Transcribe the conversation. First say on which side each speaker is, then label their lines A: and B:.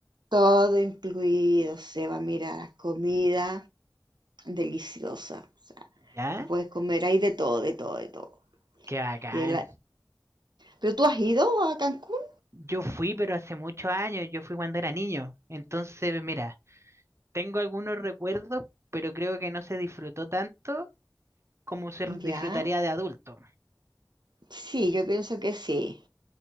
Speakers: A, on the right (about 85°); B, on the right (about 40°).
A: todo incluido, Seba, mira, comida. deliciosa. O sea,
B: ¿Ya?
A: tú puedes comer ahí de todo, de todo, de todo.
B: ¡Qué bacán!
A: Y el- ¿Pero tú has ido a Cancún?
B: Yo fui, pero hace muchos años, yo fui cuando era niño. Entonces, mira. Tengo algunos recuerdos, pero creo que no se disfrutó tanto como se disfrutaría
A: Ya.
B: de adulto.
A: Sí, yo pienso que sí.